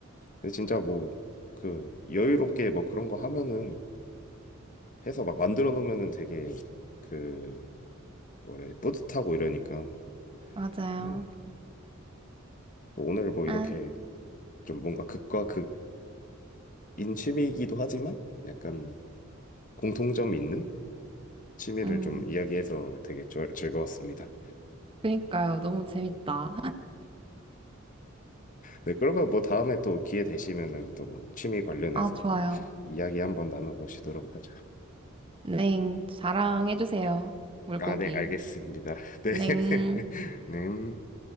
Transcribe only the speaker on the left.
근데 진짜 뭐 그 여유롭게 뭐 그런 거 하면은 해서 막 만들어 놓으면은 되게 그 뭐래 뿌듯하고 이러니까
뭐 오늘 뭐 이렇게
좀 뭔가 극과 극인 취미이기도 하지만 약간 공통점이 있는 취미를
좀 이야기해서 되게 좋- 즐거웠습니다.
네, 그러면 뭐 다음에 또 기회 되시면은 또뭐 취미 관련해서
이야기 한번 나눠보시도록 하죠.
아, 네, 알겠습니다. <laughs> 네. <laughs>
네.